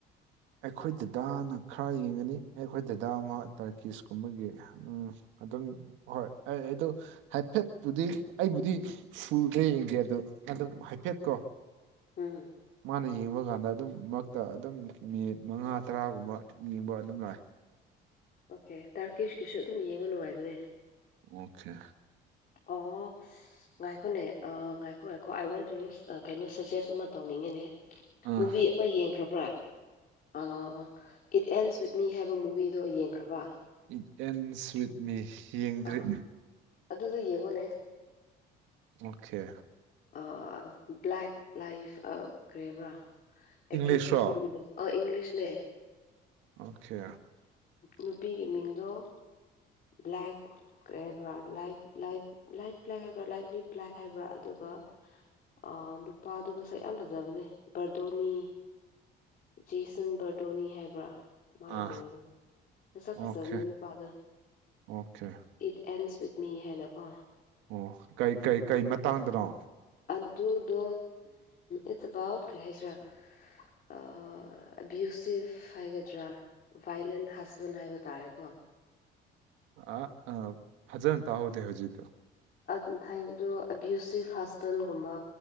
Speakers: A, on the right; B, on the left.
A: ꯑꯩꯈꯣꯏ ꯗꯗꯥꯅ ꯈꯔ ꯌꯦꯡꯒꯅꯤ ꯑꯩꯈꯣꯏ ꯗꯗꯥ ꯑꯃ ꯇꯔꯀꯤꯁ ꯀꯨꯝꯕꯒꯤ ꯎꯝ ꯑꯗꯨꯝ ꯍꯣꯏ ꯑꯩ ꯑꯩꯗꯣ ꯍꯥꯏꯐꯦꯠꯄꯨꯗꯤ ꯑꯩꯕꯨꯗꯤ ꯐꯨꯜꯗ ꯌꯦꯡꯗꯦ ꯑꯗꯨ ꯑꯗꯨꯝ ꯍꯥꯏꯐꯦꯠꯀꯣ
B: ꯎꯝ
A: ꯃꯥꯅ ꯌꯦꯡꯕ ꯀꯥꯟꯗ ꯑꯗꯨꯝ ꯃꯛꯇ ꯑꯗꯨꯝ ꯃꯤꯅꯤꯠ ꯃꯉꯥ ꯇꯔꯥꯒꯨꯝꯕ ꯌꯦꯡꯕ ꯑꯗꯨꯝ ꯂꯥꯛꯑꯦ
B: ꯑꯣꯀꯦ ꯇꯥꯔꯀꯤꯁꯀꯤꯁꯨ ꯑꯗꯨꯝ ꯌꯦꯡꯕ ꯅꯨꯡꯉꯥꯏꯕꯅꯦ
A: ꯑꯣꯀꯦ
B: ꯑꯣ ꯉꯥꯏꯈꯣꯅꯦ ꯉꯥꯏꯈꯣ ꯉꯥꯏꯈꯣ ꯑꯥꯏ ꯋꯥꯟ ꯇꯨ <unintelligible> ꯀꯩꯅꯣ ꯁꯖꯦꯁ ꯑꯃ ꯇꯧꯅꯤꯡꯉ‌ꯦꯅꯦ
A: ꯑꯥ
B: ꯃꯨꯚꯤ ꯃꯥ ꯌꯦꯡꯈ꯭ꯔꯕ꯭ꯔꯥ ꯑꯥ ꯏꯠ ꯑꯦꯟꯁ ꯋꯤꯠ ꯃꯤ ꯍꯥꯏꯕ ꯃꯨꯚꯤꯗꯣ ꯌꯦꯡꯈ꯭ꯔꯕꯥ
A: ꯏꯠ ꯑꯦꯟꯁ ꯋꯤꯠꯃꯤ ꯌꯦꯡꯗ꯭ꯔꯤ
B: ꯑꯥ ꯑꯗꯨꯗꯣ ꯌꯦꯡꯉꯣꯅꯦ
A: ꯑꯣꯈꯦ
B: ꯑꯥ ꯕ꯭ꯂꯦꯛ ꯂꯥꯏꯐ ꯑꯥ ꯀꯔꯤꯕ꯭ꯔꯥ ꯑꯦꯛꯇ꯭ꯔꯦꯁ
A: ꯏꯪꯂꯤꯁꯔꯣ
B: ꯅꯨꯄꯤꯒꯤꯗ ꯑ ꯏꯪꯂꯤꯁꯅꯦ
A: ꯑꯣꯀꯦ
B: ꯅꯨꯄꯤꯒꯤ ꯃꯤꯡꯗꯣ ꯕ꯭ꯂꯦꯛ ꯀꯔꯤ ꯍꯥꯏꯕ꯭ꯔꯥ ꯂꯥꯏ ꯂꯥꯏꯐ ꯂꯥꯏꯐ ꯂꯥꯏ ꯍꯥꯏꯕ꯭ꯔꯥ ꯂꯥꯏꯐ ꯔꯤꯕ꯭ꯂ‌ꯦꯛ ꯍꯥꯏꯕ꯭ꯔꯥ ꯑꯗꯨ ꯑꯗꯨꯒ ꯑꯥ ꯅꯨꯄꯥꯗꯣ ꯃꯁꯛ ꯌꯥꯝ ꯐꯖꯕꯅꯦ ꯕ꯭ꯔꯗꯣꯅꯤ ꯖꯦꯁꯟ ꯕꯔꯗꯣꯅꯤ ꯍꯥꯏꯕ꯭ꯔꯥ ꯃꯥꯏ
A: ꯑꯥ
B: ꯃꯤꯡꯗ‌ꯣ ꯃꯁꯛ ꯐꯖꯕꯅꯦ
A: ꯑꯣꯀꯦ
B: ꯅꯨꯄꯥꯗ‌ꯣ
A: ꯑꯣꯀꯦ
B: ꯏꯠ ꯑꯦꯟꯁ ꯋꯤꯠ ꯃꯤ ꯍꯥꯏꯅꯀꯣ
A: ꯑꯣ ꯀꯩ ꯀꯩ ꯀꯩ ꯃꯇꯥꯡꯗꯅꯣ
B: ꯑꯗꯨꯗꯣ ꯏꯠꯁ ꯑꯕꯥꯎꯠ ꯀꯔꯤ ꯍꯥꯏꯁꯤꯔꯥ ꯑ ꯑꯕ꯭ꯌꯨꯁꯤꯐ ꯍꯥꯏꯒꯗ꯭ꯔꯥ ꯚꯥꯏꯂꯦꯟ ꯍꯁꯕꯦꯟ ꯍꯥꯏꯕ ꯇꯥꯔꯦꯀꯣ
A: ꯑ ꯑꯝ ꯐꯖꯟ ꯇꯥꯍꯧꯗꯦ ꯍꯧꯖꯤꯠꯇꯣ
B: ꯎꯟ ꯍꯥꯏꯕꯗꯣ ꯑꯕ꯭ꯌꯨꯁꯁꯤ ꯍꯁꯕꯦꯟꯒꯨꯝꯕ